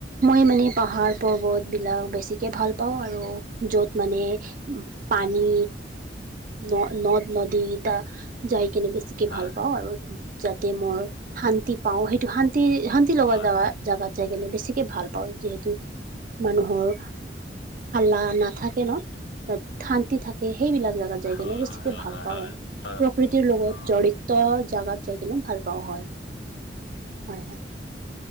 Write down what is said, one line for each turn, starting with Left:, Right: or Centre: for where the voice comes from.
Right: মই মানে পাহাৰ পৰ্বতবিলাক বেছিকে ভাল পাওঁ আৰু য'ত মানে পানী ন-নদ নদী ইতা যায় কিনে বেছি <unintelligible>
Left: হয়,
Right: ভাল পাওঁ আৰু যাতে মই শান্তি পাওঁ সেইটো শান্তি শান্তি লগা
Left: হয়,
Right: জাগাত যায় কিনে বেছিকে ভাল পাওঁ যিহেতু মানুহৰ হাল্লা না থাকে ন' তাত শান্তি থাক সেইবিলাক জাগাত যাই
Left: হয়,
Right: কিনে বেছিকে
Left: হয়,
Right: ভাল
Left: হয়,
Right: পাওঁ আৰু,
Left: হয়,
Right: প্ৰ প্ৰকৃতিৰ লগত
Left: হয়,
Right: জড়িত জাগাত যাই কিনে ভাল পাওঁ হয়, হয় হয়।